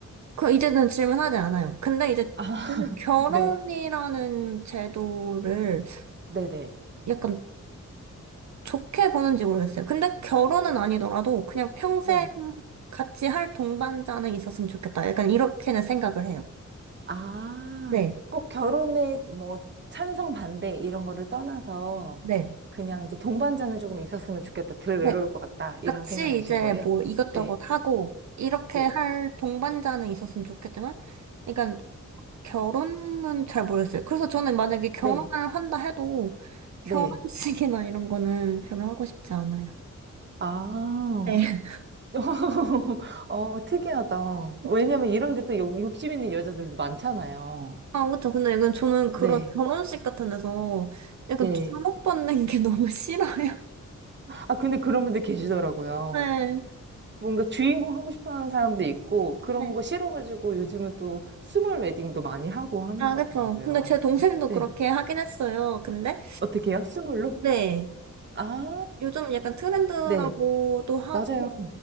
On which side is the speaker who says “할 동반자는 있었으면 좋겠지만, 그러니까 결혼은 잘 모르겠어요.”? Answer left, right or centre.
Right